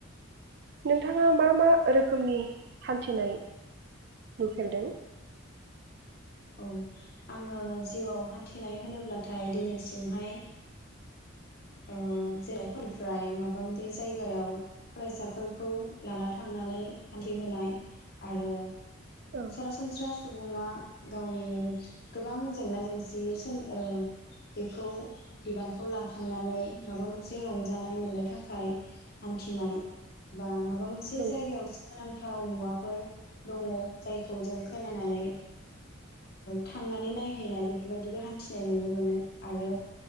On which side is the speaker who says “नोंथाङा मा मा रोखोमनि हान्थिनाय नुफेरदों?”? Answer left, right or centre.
Right